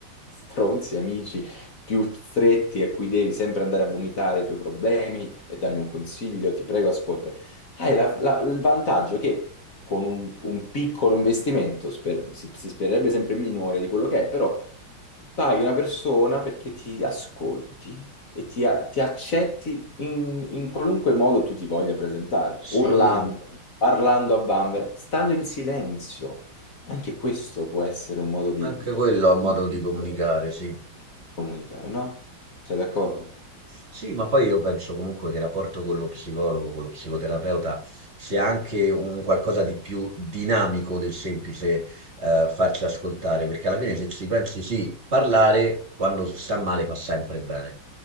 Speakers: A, on the left; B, on the right.
A: stronzi amici più stretti a cui devi sempre andare a vomitare i tuoi problemi e dammi un consiglio, ti prego, ascolta. Hai la- la- il vantaggio che con un, un piccolo investimento, sper- si, si spererebbe sempre minore di quello che è, però paghi una persona perché ti ascolti e ti, a- ti accetti in, in qualunque modo tu ti voglia presentare,
B: Sì,
A: urlando, parlando a bambera, stando in silenzio. Anche questo può essere un modo di
B: anche quello
A: comunicare,
B: è un modo di comunicare, sì.
A: comunicare, no? Sei d'accordo?
B: Sì, ma poi io penso comunque che il rapporto con lo psicologo, con lo psicoterapeuta, sia anche un qualcosa di più dinamico del semplice eh, farci ascoltare, perché alla fine se ci pensi sì, parlare quando si sta male fa sempre bene.